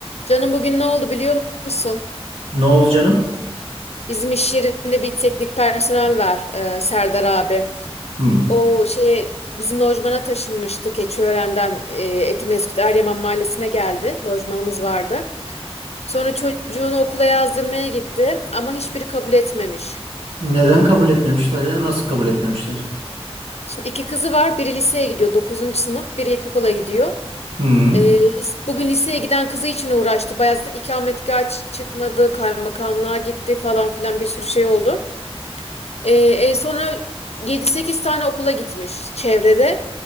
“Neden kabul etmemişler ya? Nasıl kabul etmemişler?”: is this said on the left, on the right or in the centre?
Right